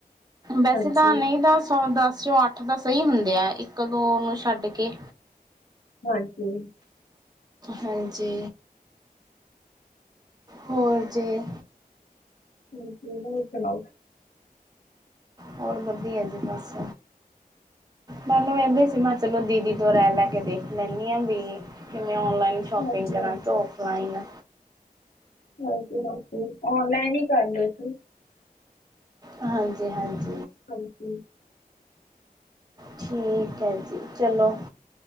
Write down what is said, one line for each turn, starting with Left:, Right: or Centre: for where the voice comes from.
Right: ਵੈਸੇ
Left: ਹਾਂਜੀ,
Right: ਤਾਂ ਨਈ ਤਾਂ ਸ ਦਸ ਚ ਅੱਠ ਤਾਂ ਸਹੀ ਹੁੰਦੇ ਆ, ਇੱਕ-ਦੋ ਨੂੰ ਛੱਡ ਕੇ।
Left: ਹਾਂਜੀ।
Right: ਹਾਂਜੀ। ਹੋਰ ਜੀ।
Left: ਠੀਕ ਏ, ਹੋਰ ਸੁਣਾਓ?
Right: ਹੋਰ ਵਧੀਆ ਜੀ ਬਸ। ਮੈਨੂੰ ਐਦੇ ਸੀ ਮੈਂ ਚਲੋ ਦੀਦੀ ਤੋਂ ਰੈਅ ਲੈ ਕੇ ਦੇਖ ਲੈਂਣੀ ਆ ਵੀ ਕਿਵੇਂ ਔਨਲਾਈਨ ਸ਼ੋਪਿੰਗ
Left: ਹਾਂਜੀ,
Right: ਕਰਾਂ
Left: ਹਾਂਜੀ,
Right: ਕੇ ਔਫਲਾਈਨ।
Left: ਹਾਂਜੀ <unintelligible> ਔਨ ਲਾਈਨ ਈ ਕਰ ਲੇ ਤੂੰ।
Right: ਹਾਂਜੀ- ਹਾਂਜੀ।
Left: ਹਾਂਜੀ।
Right: ਠੀਕ ਐ ਜੀ ਚਲੋ।